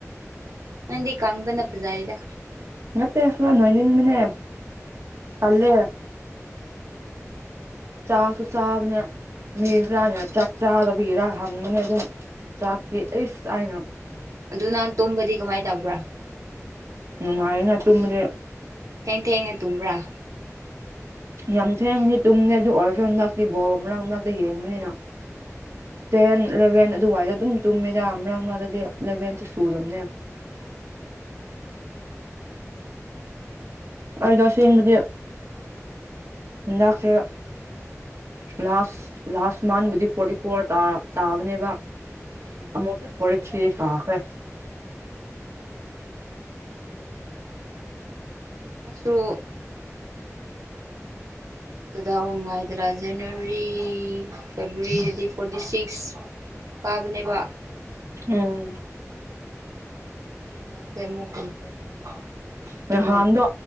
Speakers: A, on the right; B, on the right.
A: ꯅꯪꯗꯤ ꯀꯪꯄꯅ ꯐꯖꯩꯗ
B: ꯅꯠꯇꯦ ꯈꯔ ꯅꯣꯏꯅꯤꯡ ꯅꯤꯡꯕꯅꯦ ꯇꯜꯂꯦ ꯆꯥꯁꯨ ꯆꯥꯕꯅꯦ ꯃꯤꯖꯥꯅ ꯆꯥꯛ ꯆꯥꯗꯕꯤꯔ ꯍꯪꯕꯅꯦ ꯑꯗꯨꯝ ꯆꯥꯛꯇꯦ ꯑꯩꯁ ꯑꯩꯅ
A: ꯑꯗꯨ ꯅꯪ ꯇꯨꯝꯕꯗꯤ ꯀꯃꯥꯏꯅ ꯇꯧꯕ꯭ꯔꯥ
B: ꯅꯨꯡꯉꯥꯏꯅ ꯇꯨꯝꯕꯗꯤ
A: ꯊꯦꯡ ꯊꯦꯡꯅ ꯇꯨꯝꯕ꯭ꯔꯥ
B: ꯌꯥꯝ ꯊꯦꯡꯉꯅꯤ ꯇꯨꯝꯅꯤ ꯑꯗꯨ ꯑꯣꯔꯐꯣꯟ ꯍꯟꯗꯥꯛꯇꯤ ꯕꯣꯜ ꯃꯔꯥꯡ ꯃꯅꯥꯛꯇ ꯌꯦꯡꯕꯅꯤꯅ ꯇꯦꯟ ꯏꯂꯚꯦꯟ ꯑꯗꯨꯋꯥꯏꯗ ꯑꯗꯨꯝ ꯇꯨꯝꯃꯤꯔ ꯃꯔꯥꯡ ꯃꯅꯥꯛꯇꯗꯤ ꯏꯂꯚꯦꯟꯇ ꯁꯨꯗꯕꯅꯦ ꯑꯩ ꯇꯁꯦꯡꯕꯗꯤ ꯍꯤꯟꯗꯥꯛꯁꯦ ꯂꯥꯁ ꯂꯥꯁ ꯃꯟꯕꯨꯗꯤ ꯐꯣꯔꯇꯤ ꯐꯣꯔ ꯇꯥꯕꯅꯦꯕ
A: ꯎꯝ
B: ꯑꯃꯨꯛ ꯐꯣꯔꯇꯤ ꯊ꯭ꯔꯤ ꯇꯥꯈ꯭ꯔꯦ
A: ꯑꯩꯁꯨ ꯎ ꯀꯗꯥꯑꯣ ꯍꯥꯏꯗ꯭ꯔꯥ ꯖꯅꯋꯥꯔꯤ ꯐꯦꯕꯋꯥꯔꯤꯗꯗꯤ ꯐꯣꯔꯇꯤ ꯁꯤꯛꯁ ꯀꯥꯕꯅꯦꯕ
B: ꯎꯝ
A: ꯕꯁꯦ ꯀꯨꯝꯈ꯭ꯔꯦ ꯐꯣꯔꯇꯤ ꯇꯨ
B: ꯍꯥꯟꯗꯣ